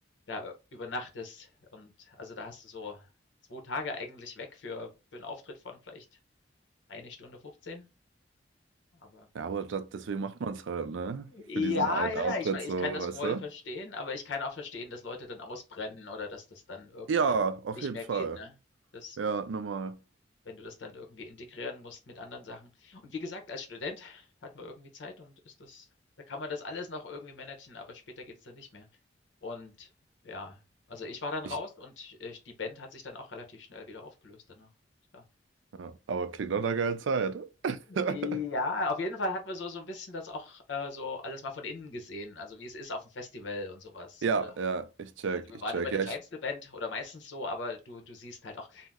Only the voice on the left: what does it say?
da übernachtest und also, da hast du so 2 Tage eigentlich weg für für 'n Auftritt von vielleicht eine Stunde 15, aber
Ja,
ja,
ja, ich, ich
kann das
voll
verstehen, aber ich kann auch verstehen, dass Leute dann ausbrennen oder dass das dann irgendwann
nicht
mehr
geht, ne? Das,
wenn du das dann irgendwie integrieren musst mit anderen Sachen. Und wie gesagt, als Student hat man irgendwie Zeit und ist das, da kann man das alles noch irgendwie managen, aber später geht's dann nicht mehr. Und ja, also ich war dann raus
und äh, die Band hat sich dann auch relativ schnell wieder aufgelöst danach. Klar.
Ja, auf jeden Fall hat man so, so ein bisschen das auch äh, so alles mal von innen gesehen, also wie es ist auf dem Festival und sowas,
oder?
Also wir
waren
immer die
kleinste
Band oder meistens so, aber du du siehst halt auch,